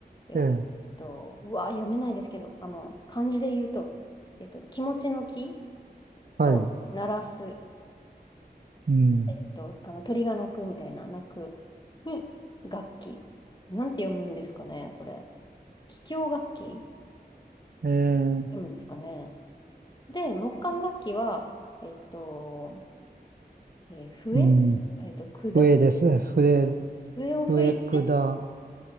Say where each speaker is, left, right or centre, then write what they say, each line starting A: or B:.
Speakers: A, on the left; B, on the right.
A: えーえっと、
B: ええ、
A: うわ、読めないですけど、あの、漢字で言うと、えっと、気持ちの気
B: はい、
A: と鳴らす、
B: うん、
A: えっと、あの、鳥が鳴くみたいな鳴くに楽器。なんて読むんですかね、これ。気境楽器
B: ええ、
A: 読むんですかね。で、木管楽器は、えっと、えー笛えっと、
B: うん、
A: 管
B: 笛です、笛、
A: 笛を吹いて
B: 笛管、